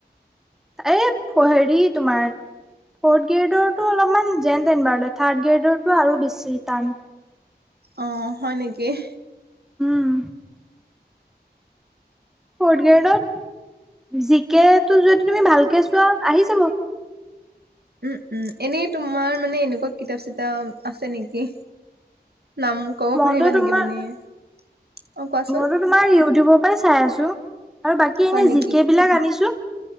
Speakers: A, in the centre; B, on the right (about 65°).
A: এই প হেৰি তোমাৰ ফৰ্থ গ্ৰেডৰটো অলপ অকমান যেন তেন বাৰ থাৰ্ড গ্ৰেডৰটো আৰু বেছি টান
B: অ হয় নিকিহ
A: উম ফৰ্থ গ্ৰেডত জি কেটো যদি তুমি ভালকে চোৱা আহি যাব
B: উম, উম এনেই তোমাৰ মানে এনেকুৱা কিতাপ চিতাপ আছে নেকি? নাম ক'ব
A: মইতো
B: পাৰিবা
A: তোমাৰ
B: নেকি মানে অ' কোৱাচোন।
A: মইতো তোমাৰ ইউটিউবৰ পৰাই চাই আছো আৰু বাকী এনে
B: হয় নেকি
A: জিকে বিলাক আনিছো।